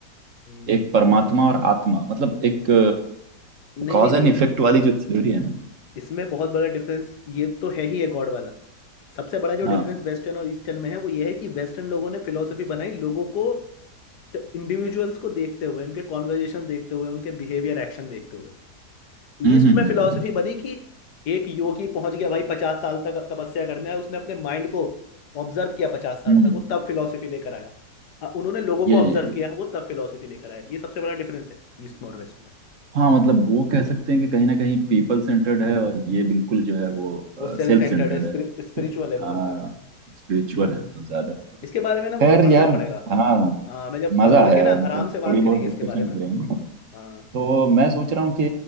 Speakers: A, on the left (about 70°); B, on the right (about 50°).
A: हम्म
B: एक परमात्मा और आत्मा मतलब एक
A: नहीं
B: कॉज
A: नहीं नहीं
B: एंड इफेक्ट वाली जो थ्योरी है ना
A: इसमें बहुत बड़ा डिफरेंस ये तो है ही है गॉड वाला सबसे बड़ा जो
B: हाँ
A: डिफरेंस वेस्टर्न और ईस्टर्न में है वो ये है कि वेस्टर्न लोगों ने फिलोसफी बनाई लोगों को इंडिविजुअल्स को देखते हुए उनके कॉन्वर्जेशन देखते हुए उनके बिहेवियर एक्शन देखते हुए ईस्ट
B: हम्म हम्म
A: में फिलॉसफी
B: हम्म
A: बनी कि एक योगी पहुंच गया भाई पचास साल तक तपस्या करने है उसने अपने माइंड को ऑब्जर्व किया पचास साल
B: हम्म,
A: तक वो तब फिलॉसफी लेकर आया अ, उन्होंने लोगों को
B: ये
A: ऑब्जर्व
B: ये
A: किया वो तब फिलॉसफी लेकर आया ये सबसे बड़ा डिफरेंस है ईस्ट में और वेस्ट में
B: हाँ मतलब वो कह सकते हैं कि कहीं ना कहीं पीपल सेंटर्ड है और ये बिल्कुल जो है वो
A: वो सेल्फ
B: सेल्फ
A: सेंटर्ड
B: सेंटर्ड
A: है स्पिरिचुअल
B: है
A: है बहुत
B: हाँ
A: ज्यादा
B: स्पिरिचुअल है बहुत ज्यादा
A: इसके बारे में ना मुझे
B: खैर
A: पढ़ना
B: यार
A: पड़ेगा
B: हाँ
A: हाँ मैं जब पढ़
B: मजा
A: वढ़
B: आया
A: के ना
B: है
A: आराम
B: मतलब
A: से बात
B: थोड़ी बहुत
A: करेंगे
B: डिस्कशन
A: इसके बारे में
B: करेंगे
A: हाँ
B: तो मैं सोच रहा हूँ कि